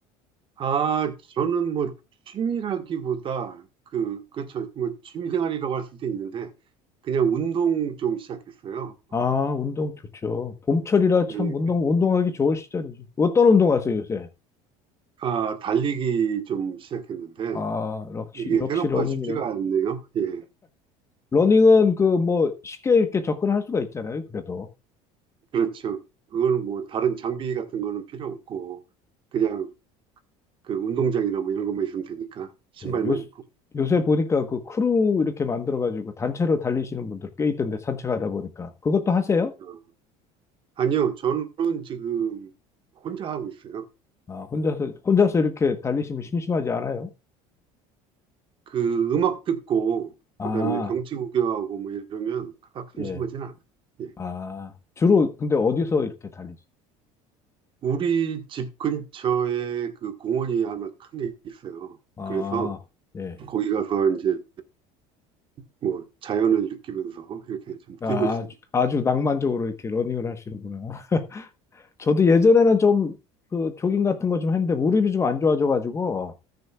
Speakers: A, on the right (about 40°); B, on the left (about 20°).
A: 아, 저는 뭐 취미라기보다 그, 그렇죠. 뭐 취미 생활이라고 할 수도 있는데 그냥 운동 좀 시작했어요.
B: 아, 운동 좋죠. 봄철이라 참
A: 예,
B: 운동 운동하기 좋을 시절이죠. 어떤 운동 하세요, 요새?
A: 아, 달리기 좀 시작했는데
B: 아, 역시
A: 이게
B: 역시
A: 생각보다
B: 러닝이네.
A: 쉽지가 않네요. 예,
B: 러닝은 그 뭐 쉽게 이렇게 접근할 수가 있잖아요. 그래도.
A: 그렇죠. 그거는 뭐 다른 장비 같은 거는 필요 없고 그냥 그 운동장이나 뭐 이런 것만 있으면 되니까 신발만
B: 예, 요
A: 입고.
B: 요새 보니까 그 크루 이렇게 만들어 가지고 단체로 달리시는 분들 꽤 있던데 산책하다 보니까. 그것도 하세요?
A: 어, 아니요, 저는 지금 혼자 하고 있어요.
B: 아, 혼자서, 혼자서 이렇게 달리시면 심심하지 않아요?
A: 그 음악 듣고
B: 아,
A: 그다음에 경치 구경하고 뭐 이러면 그닥 심심하진
B: 예.
A: 않아요. 예.
B: 아, 주로 근데 어디서 이렇게 달리죠?
A: 우리 집 근처에 그 공원이 하나 큰 게 있어요.
B: 아,
A: 그래서
B: 예.
A: 거기 가서 이제 뭐 자연을 느끼면서 이렇게 좀
B: 아,
A: 뛰고 있습니다.
B: 아주, 아주 낭만적으로 이렇게 러닝을 하시는구나. <laughs> 저도 예전에는 좀 그 조깅 같은 거 좀 했는데 무릎이 좀 안 좋아져가지고